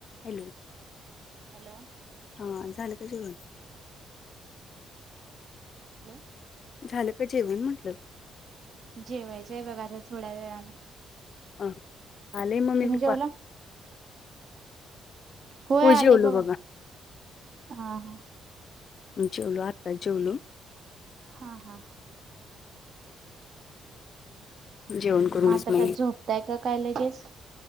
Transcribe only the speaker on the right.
Hello
Hello
जेवायचंय बघां आंता थोड्यां वेळाने
तुम्हीं
जेवलां होयं
आंले
बघां
हां हां
हां हां
मंग आंता
कायं झोपतांय कां कायं लगेच